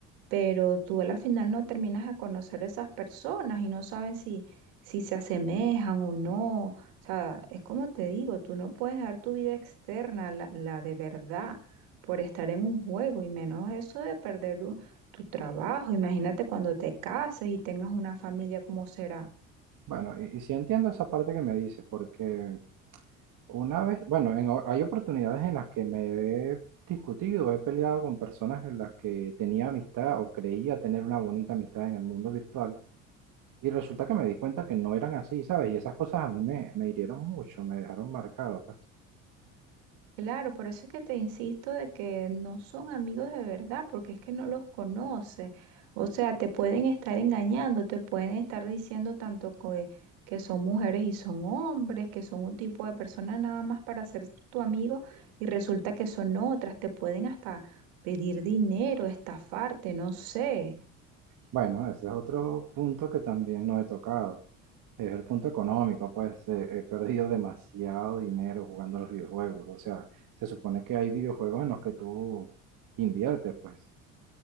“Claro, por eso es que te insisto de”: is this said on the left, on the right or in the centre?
Right